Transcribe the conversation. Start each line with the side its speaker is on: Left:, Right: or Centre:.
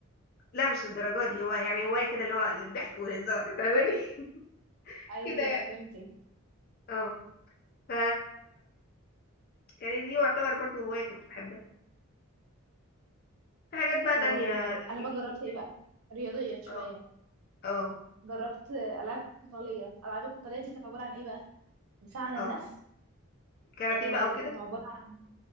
Left: لا مش للدرجه دي هو يعني هوايه كده اللي هو للضحك والهزار فاهماني <laughs>
Right: ايوه
Left: كده يعني
Right: فهمتك
Left: اه ف يعني دي يعتبر برضو هواية كنت بحبها في حاجات بقى تانية
Right: آه انا
Left: جديدة
Right: بقى جربت ايه بقى رياضيه شويه
Left: اه اه
Right: جربت آه، العاب قتاليه الالعاب القتاليه دي كانت عباره عن ايه بقى دفاع عن
Left: اه
Right: النفس
Left: كاراتيه
Right: آه
Left: بقى وكده
Right: كانت عباره عن